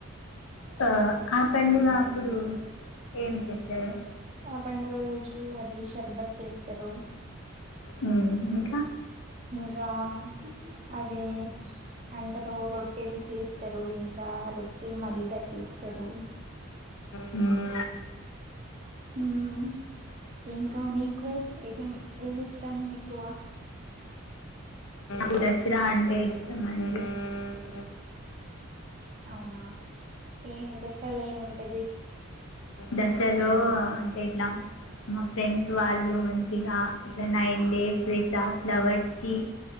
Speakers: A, on the left; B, on the right.
A: ఆ ఆ పండుగ అప్పుడు ఏం చే శారు
B: ఆ పండుగ రోజు అది షర్బత్ చేస్తారు
A: హ్మ్ ఇంకా
B: ఇంకా అదే అంటారు రొట్టేది చేస్తారు ఇంకా రొట్టే మళ్ళీదా చేస్తారు
A: హ్మ్.
B: హ్మ్ ఇంకా మీకు ఏం ఏమిఇష్టం ఎక్కువ
A: కురసిరాను <unintelligible>
B: అవునా ఏం దసరాలో ఏముంటది
A: దశలో అంటే ఇట్లా మా ఫ్రెండ్స్ వాళ్ళు మంచిగా ఇట్లా నైన్ డేస్ ఇట్లా ఫ్లవర్స్ కి